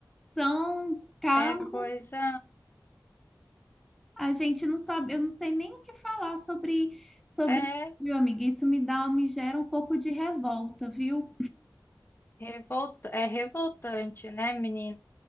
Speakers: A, in the centre; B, on the left (about 30°).
A: São casos,
B: É, é coisa.
A: a gente não sabe, eu não sei nem o que falar sobre, sobre,
B: É,
A: viu, amiga? Isso me dá, me gera um pouco de revolta, viu?
B: revolta, é revoltante, né, menina?